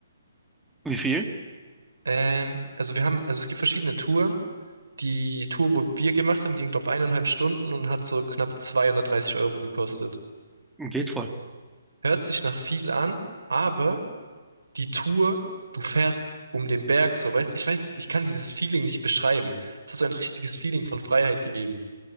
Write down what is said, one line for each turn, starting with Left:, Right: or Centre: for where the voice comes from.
Centre: Wie viel?
Right: Ähm, also wir haben, also es gibt verschiedene Touren. Die Tour, wo wir gemacht haben, ging, glaube ich, eineinhalb Stunden und hat so knapp 230 Euro gekostet.
Centre: Geht voll.
Right: Hört sich nach viel an, aber die Tour, du fährst um den Berg, so weißt, ich weiß, ich kann dieses Feeling nicht beschreiben. Es hat so ein richtiges Feeling von Freiheit gegeben.